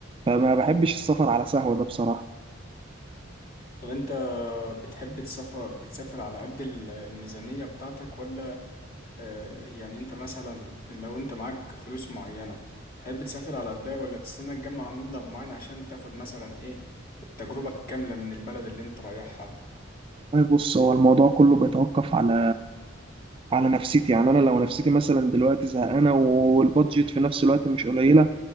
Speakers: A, on the right; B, on the left.
A: فما بحبش السفر على سهوة ده بصراحة
B: طب انت بتحب تسافر بتسافر على قد ال- الميزانية بتاعتك ولا آه يعني انت مثلا لو انت معاك فلوس معينة تحب تسافر على قدها ولا تستنى تجمع مبلغ معين عشان تاخد مثلا ايه التجربة الكاملة من البلد اللي انت رايحها
A: طيب بص هو الموضوع كله بيتوقف على على نفسيتي يعني انا لو نفسيتي مثلا دلوقتي زهقانه والبادجت في نفس الوقت مش قليله